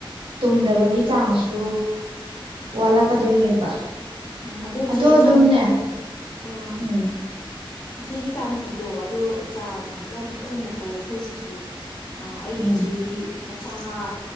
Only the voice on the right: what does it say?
ꯇꯨꯝꯗꯕꯒꯤ ꯆꯥꯡꯁꯨ ꯋꯥꯠꯂꯛꯀꯥꯗꯣꯏꯅꯦꯕ
ꯑꯗꯣ
ꯑꯗꯨꯝꯅꯦ
ꯎꯝ
ꯎꯝ